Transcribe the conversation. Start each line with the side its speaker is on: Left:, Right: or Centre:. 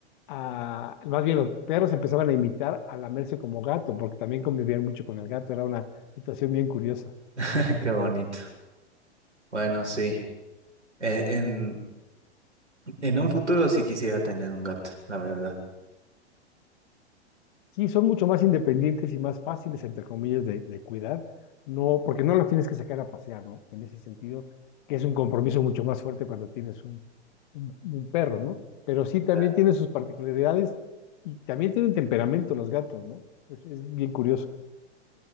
Left: a, más bien los perros empezaban a imitar a lamerse como gato porque también convivían mucho con el gato, era una situación bien curiosa.
Right: <laughs> Qué bonito. Bueno, sí. En, en, en un futuro sí quisiera tener un gato, la verdad.
Left: Sí, son mucho más independientes y más fáciles, entre comillas, de, de cuidar, no, porque no los tienes que sacar a pasear, ¿no? En ese sentido, que es un compromiso mucho más fuerte cuando tienes un, un- un perro, ¿no? Pero sí también
Right: Ah,
Left: tiene sus particularidades y también tienen temperamento los gatos, ¿no? Es, es bien curioso.